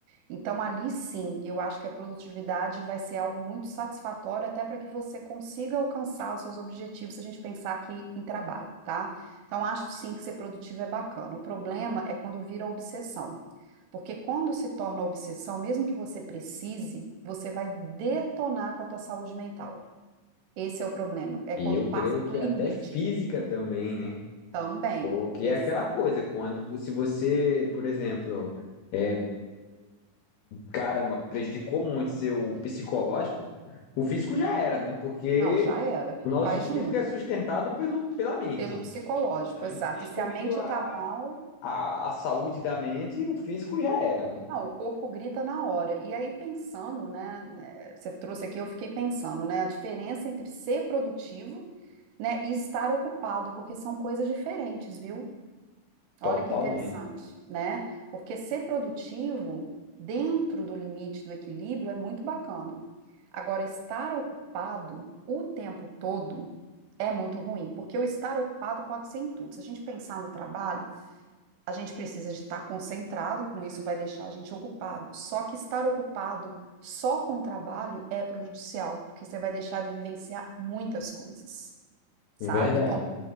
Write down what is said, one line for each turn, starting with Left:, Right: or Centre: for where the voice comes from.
Right: Então, ali sim, eu acho que a produtividade vai ser algo muito satisfatório até para que você consiga alcançar os seus objetivos, se a gente pensar aqui em trabalho, tá? Então, acho sim que ser produtivo é bacana. O problema é quando vira obsessão. Porque quando se torna obsessão, mesmo que você precise, você vai detonar com a tua saúde mental. Esse é o problema. É
Left: E
Right: quando
Left: eu
Right: passa
Left: creio que
Right: do limite
Left: até física também, né?
Right: também.
Left: Porque
Right: Exato.
Left: é aquela coisa, quando se você, por exemplo é, caramba, prejudicou muito seu psicológico, o físico já era, né? Porque
Right: Não, já era.
Left: o nosso
Right: Vai
Left: físico
Right: junto.
Left: é sustentado pelo, pela mente.
Right: Pelo psicológico,
Left: A mente
Right: exato.
Left: destruiu
Right: E se a mente
Left: a,
Right: tá mal,
Left: a, a saúde da mente e o físico já era, né?
Right: Não, o corpo grita na hora. E aí, pensando, né, né, você trouxe aqui, eu fiquei pensando, né, a diferença entre ser produtivo, né, e estar ocupado, porque são coisas diferentes, viu?
Left: Totalmente.
Right: Olha que interessante, né? Porque ser produtivo, dentro do limite do equilíbrio, é muito bacana. Agora, estar ocupado o tempo todo é muito ruim, porque o estar ocupado pode ser em tudo. Se a gente pensar no trabalho, a gente precisa de estar concentrado com isso, vai deixar a gente ocupado. Só que estar ocupado só com o trabalho é prejudicial, porque você vai deixar de vivenciar muitas coisas, sabe?
Left: Verdade,
Right: Então,